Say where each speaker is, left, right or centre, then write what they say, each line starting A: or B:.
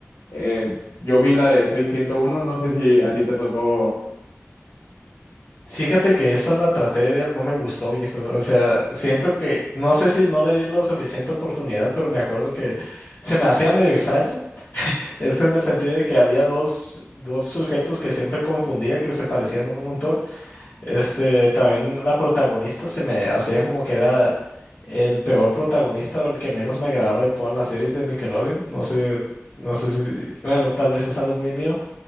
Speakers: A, on the left; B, on the left.
A: eh, yo vi la de Soy ciento uno no sé si a ti te tocó
B: Fíjate que esa la traté de ver, no me gustó, viejo. O sea, siento que, no sé si no le di la suficiente oportunidad, pero me acuerdo que se me hacía medio extraño. Este en el sentido de que había dos, dos sujetos que siempre confundía, que se parecían un montón. Este, también la protagonista se me hacía como que era el peor protagonista o el que menos me agradaba de todas las series de Nickelodeon. No sé, no sé si, bueno, tal vez es algo muy mío,